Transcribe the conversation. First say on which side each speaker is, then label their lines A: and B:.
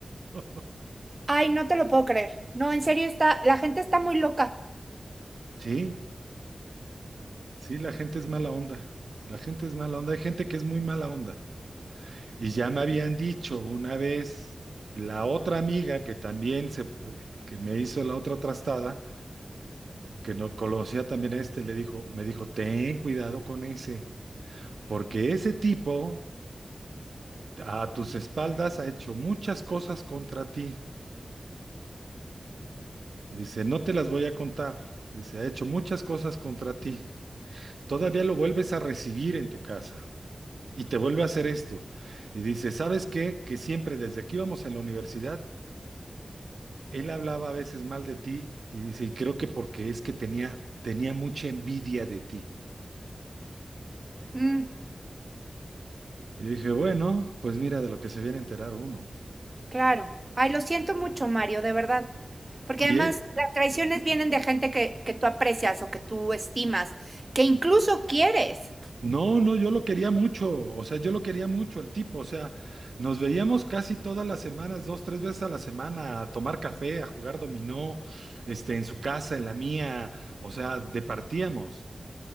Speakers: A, on the right; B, on the right.
A: <laughs>
B: Ay, no te lo puedo creer. No, en serio está, la gente está muy loca.
A: Sí, sí, la gente es mala onda. La gente es mala onda. Hay gente que es muy mala onda. Y ya me habían dicho una vez la otra amiga que también se, que me hizo la otra trastada, que no conocía también a este, le dijo, me dijo, ten cuidado con ese, porque ese tipo a tus espaldas ha hecho muchas cosas contra ti. Y dice, no te las voy a contar. Dice, ha hecho muchas cosas contra ti. Todavía lo vuelves a recibir en tu casa y te vuelve a hacer esto. Y dice, ¿sabes qué? Que siempre desde que íbamos en la universidad Él hablaba a veces mal de ti y dice, y creo que porque es que tenía, tenía mucha envidia de ti.
B: Mm,
A: Y dije, bueno, pues mira de lo que se viene a enterar uno.
B: claro. Ay, lo siento mucho, Mario, de verdad. Porque
A: Y
B: además
A: eh,
B: las traiciones vienen de gente que, que tú aprecias o que tú estimas, que incluso quieres.
A: no, no, yo lo quería mucho, o sea, yo lo quería mucho el tipo, o sea, nos veíamos casi todas las semanas, dos, tres veces a la semana, a tomar café, a jugar dominó, este, en su casa, en la mía, o sea, departíamos.